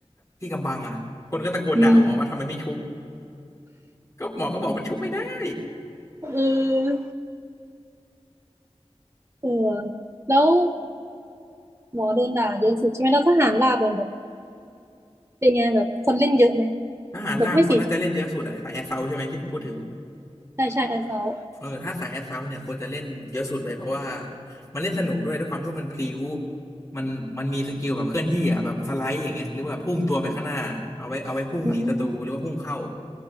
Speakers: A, on the left (about 30°); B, on the right (about 25°).
A: ที่กำบังอ่ะคนก็ตะโกนด่าหมอว่าทำไมไม่ชุบ
B: อืม
A: ก็หมอก็บอกมันชุบไม่ได้
B: เออเออ แล้ว หมอโดนด่าเยอะสุดใช่ไหมแล้วทหารราบอะแบบเป็นไงแบบคนเล่นเยอะไหม
A: ทหารลาบคนน่าจะเล่นเยอะสุดอะสายแอสเซาใช่ไหมที่มันพูดถึง
B: แบบไม่สิใช่ใช่แอสซอล
A: เออถ้าสายแอสเซาเนี่ยควรจะเล่นเยอะสุดเลยเพราะว่ามันเล่นสนุกด้วยด้วยความที่ว่ามันพลิ้วมันมันมีสกิลแบบเคลื่อนที่อ่ะแบบสไลด์อย่างเงี้ยหรือว่าพุ่งตัวไปข้างหน้าเอาไว้เอาไว้พุ่งหนีศัตรูหรือว่าพุ่งเข้า
B: อืม